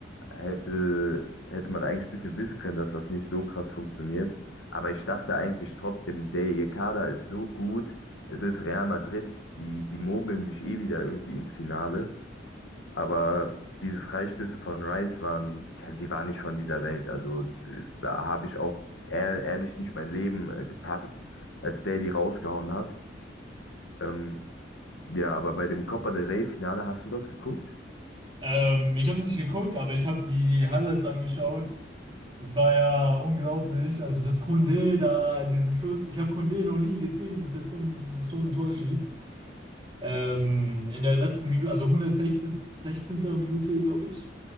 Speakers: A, on the left; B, on the right.
A: hätte, hätte man eigentlich ein bisschen wissen können, dass das nicht so krass funktioniert. Aber ich dachte eigentlich trotzdem, der ihr Kader ist so gut. Es ist Real Madrid, die, die mogeln sich eh wieder irgendwie ins Finale. Aber diese Freistöße von Rice waren, die waren nicht von dieser Welt. Also äh, da habe ich auch ehr- ehrlich nicht mein Leben äh, gepackt, als der die rausgehauen hat. Ähm, ja, aber bei dem Copa del Rey-Finale hast du das geguckt?
B: Ähm, ich habe es nicht geguckt, aber ich habe die Highlights angeschaut. Das war ja unglaublich. Also, dass Koundé da diesen Schuss, ich habe Koundé noch nie gesehen, dass er so ein, so ein Tor schießt. Ähm, in der letzten Minute, also 116. Minute, glaube ich,